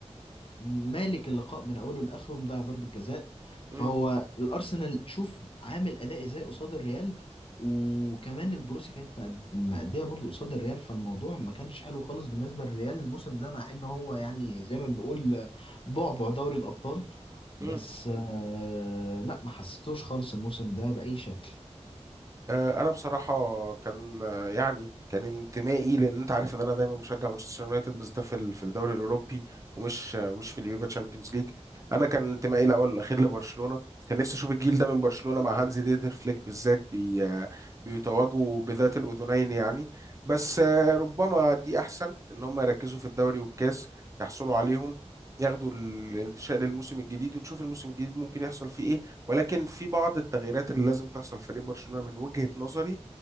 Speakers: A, on the left (about 50°); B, on the right (about 25°).
A: مالك اللقاء من اوله لاخره ومضيع ضربه جزاء
B: مم،
A: فهو الارسنال شوف عامل اداء ازاي قصاد الريال وكمان البروسي كانت مأد- مأدية برضه قصاد الريال فالموضوع ما كانش حلو خالص بالنسبة للريال الموسم ده مع ان هو يعني زي ما بنقول بعبع دوري الأبطال بس
B: مم.
A: آه لا ما حسيتوش خالص الموسم ده بأي شكل
B: آه، انا بصراحه كان آه، يعني كان انتمائي لان انت عارف ان انا دايما بشجع مانشستر يونايتد بس ده في ال- في الدوري الاوروبي ومش آه، مش في اليوفا تشامبيونز ليج انا كان انتمائي الاول والاخير لبرشلونه كان نفسي اشوف الجيل ده من برشلونه مع هانزي ديدر فليك بالذات بي آه، بيتواجوا بذات الاذنين يعني بس آه، ربما دي احسن ان هم يركزوا في الدوري والكاس يحصلوا عليهم ياخدوا الانتشاء للموسم الجديد ونشوف الموسم الجديد ممكن يحصل فيه إيه. ولكن في بعض التغييرات اللي لازم تحصل في فريق برشلونة من وجهة نظري